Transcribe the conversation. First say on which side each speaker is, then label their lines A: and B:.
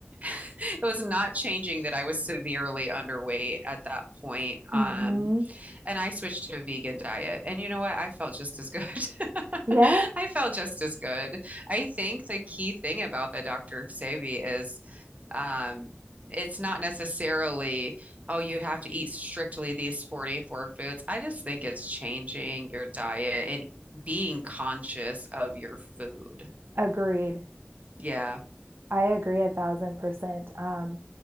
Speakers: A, on the right; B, on the right.
A: <laughs> it was not changing that I was severely underweight at that point. Um,
B: Mhm.
A: and I switched to a vegan diet. And you know what? I felt just as good. <laughs>
B: Yeah.
A: I felt just as good. I think the key thing about the Dr. Sebi is um, it's not necessarily, oh, you have to eat strictly these 44 foods. I just think it's changing your diet and being conscious of your food.
B: Agreed.
A: Yeah.
B: I agree a thousand percent. Um,